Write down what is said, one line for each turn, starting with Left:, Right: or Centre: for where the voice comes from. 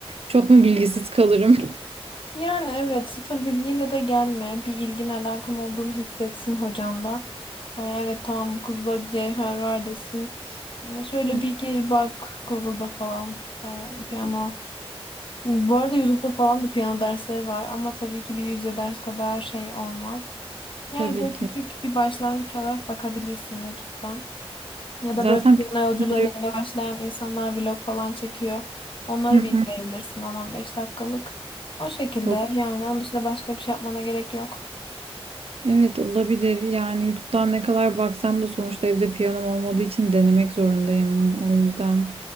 Right: çok mu bilgisiz kalırım?
Left: Yani evet sıfır bilgiyle de gelme. Bir ilgin alakan olduğunu hissetsin hocan da. Ha, evet tamam bu kızda cevher var desin. Ama Şöyle
Right: Hı,
Left: bir gir bak Google'da falan ha, piyano. Bu arada YouTube'da falan da piyano dersleri var ama tabii ki bir yüzde ders kadar şey olmaz. Yani
Right: Tabii
Left: böyle
Right: ki.
Left: küçük bir başlangıç olarak bakabilirsin YouTube'dan. Ya da
Right: Zaten
Left: böyle piyano
Right: piyano
Left: yolculuğuna
Right: yok.
Left: yeni başlayan insanlar vlog falan çekiyor. Onları
Right: Hı hı.
Left: bir izleyebilirsin 10 beş dakikalık. O şekilde
Right: O-
Left: yani onun dışında başka bir şey yapmana gerek yok.
Right: Evet olabilir. Yani YouTube'dan ne kadar baksam da sonuçta evde piyanom olmadığı için denemek zorundayım. O yüzden